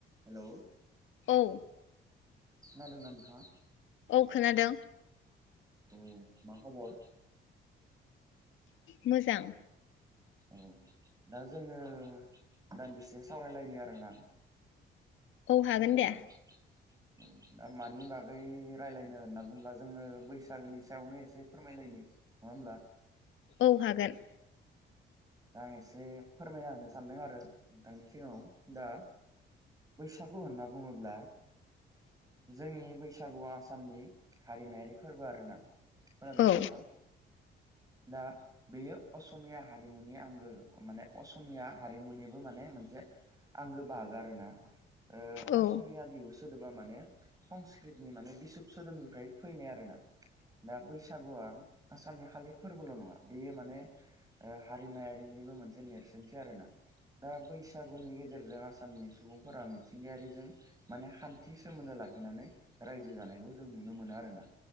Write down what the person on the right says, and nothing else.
Hello
खोनादोंना नोंथाङा?
औ मा खबर?
औ दा जोङो दान्दिसे सावरायलायनि आरोना
खोनादोंबा?
औ दा मानि बागै रायलायनो होनना बुङोब्ला जोङो बैसागोनि सा सायावनो एसे फोरमायलायनि नङा होमब्ला
दा आं एसे फोरमायना होनो सानदों आरो नोंथांनि सिगाङाव दा बैसागु होनना बुङोब्ला जोंनि बैसागुआ आसामनि हारिमायारि फोरबो आरो ना। खोनादोंब्ला
नोंथां। दा बेयो असमिया हारिमुनि आंगो माने असमिया हारिमुनिबो माने मोनसे आंगो बाहागो आरोना। ओ
असमिया बिहु स सोदोबा माने संस्कृतनि माने बिसब सोदोबनिफ्राय फैनाय आरोना दा बैसागुआ आसामनि खालि फोरबोल नङा बेयो माने हारिमायारिनिबो मोनसे नेरसोनथि आरोना दा बैसागुनि गेजेरजों आसामनि सुबुंफोरा मिथिंगायारिजों माने खान्थि सोमोन्दो लाखिनानै रायजो जानायखौ जों नुनो मोनाे आरो ना।